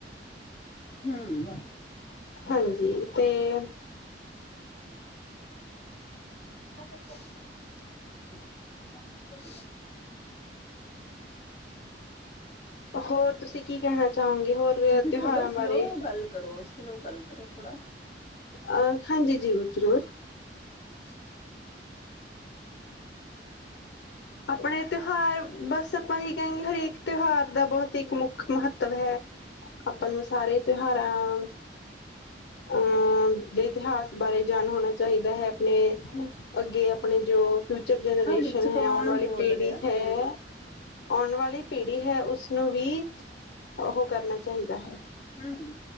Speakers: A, on the left; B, on the left.
A: ਹਮ
B: ਹਾਂਜੀ। ਤੇਲ
A: <inaudible>
B: ਹੋਰ ਤੁਸੀਂ ਕੀ ਕਹਿਣਾ ਚਾਹੋਗੇ ਹੋਰ
A: ਤੁਸੀਂ
B: ਤਿਉਹਾਰਾਂ
A: ਥੋੜਾ
B: ਬਾਰੇ
A: ਸਲੋਅ ਗੱਲ ਕਰੋ, ਸਲੋ ਗੱਲ ਕਰੋ ਥੋੜਾ।
B: ਅ ਹਾਂਜੀ ਜੀ ਜ਼ਰੂਰ।
A: <inaudible>
B: ਆਪਣੇ ਤਿਉਹਾਰ ਬਸ ਆਪਾਂ ਹੀ ਕਹਿੰਦੇ ਹਰੇਕ ਤਿਉਹਾਰ ਦਾ ਬਹੁਤ ਇੱਕ ਮੁੱਖ ਮਹੱਤਵ ਹੈ, ਆਪਾਂ ਨੂੰ ਸਾਰੇ ਤਿਉਹਾਰਾਂ ਅਹ ਦੇ ਇਤਿਹਾਸ ਬਾਰੇ ਜਾਣ ਹੋਣਾ ਚਾਹੀਦਾ ਹੈ ਆਪਣੇ ਅੱਗੇ ਆਪ ਆਪਣੇ ਜੋ ਫਿਊਚਰ ਜਨਰੇਸ਼ਨ
A: ਹਾਂ ਵਿੱਚ
B: ਹੈ
A: ਕੌਣ
B: ਉਹ
A: ਬੋਲ
B: ਏ ਪੀੜੀ
A: ਰਿਹਾ
B: ਹੈ ਔਨੂੰ ਦੇ ਪਹਲੀ ਵਾਲੀ ਪੀੜੀ ਹੈ ਉਸਨੂੰ ਵੀ, ਉਹ ਕਰਨਾ ਚਾਹੀਦਾ ਹੈ।
A: ਹਾਂਜੀ